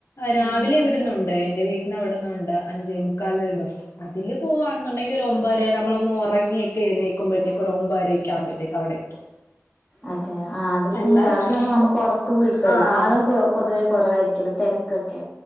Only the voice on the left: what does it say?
രാവിലെ
ഇവി വിടുന്നുണ്ട് എന്റെ വീട്ടിന് അവിടുന്നുണ്ട് അഞ്ചേ മുക്കാല് ഒരു ബസ്സ് അതില് പോകുവാണെന്നുണ്ടെങ്കിൽ ഒരു ഒമ്പരെ നമ്മള ഒന്ന് ഉറങ്ങിയ ഒക്കെ എഴുന്നേക്കുമ്പോഴേക്ക് ഒരു ഒമ്പരെയ ഒക്ക ആമ്പോഴത്തേക്ക് അവിടെ എത്തും
അല്ല
ആഹ്